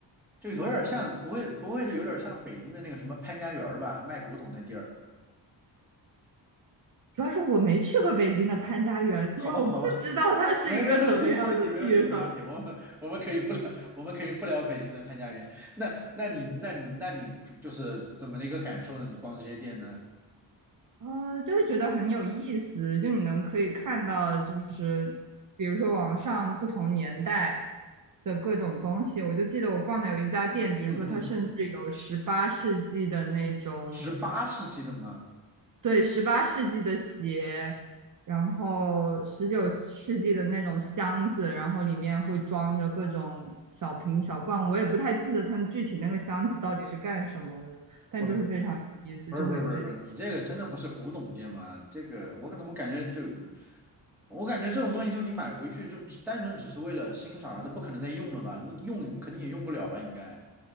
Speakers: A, in the centre; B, on the right (about 45°).
A: 就有点儿像，不会不会是有点儿像北京的那个什么潘家园儿吧，卖古董那地儿？
B: 主要是我没去过北京的潘家园，
A: 好吧，
B: 因为我不知道它是一个怎么样的地方。
A: 好吧。没有没有问题，没问题，没问题，没问题。我们 <laughs> 我们可以不聊，我们可以不聊北京的潘家园。那那你那你那你就是怎么的一个感受呢？你逛这些店呢？
B: 呃，就会觉得很有意思，就你能可以看到，就是比如说网上不同年代的各种东西。我就记得我逛的有一家店，比如说它甚至有十八世纪的那种，
A: 嗯嗯，十八世纪的吗？
B: 对，十八世纪的鞋，然后十九世纪的那种箱子，然后里面会装着各种小瓶小罐。我也不太记得它具体那个箱子到底是干什么了的，但就是非常有意思，
A: 我的，不是不是不是不是，
B: 就会有这。
A: 你这个真的不是古董店吗？这个我怎么感觉就，我感觉这种东西就你买回去就只单纯只是为了欣赏啊那不可能再用了吧？你用肯定也用不了吧？应该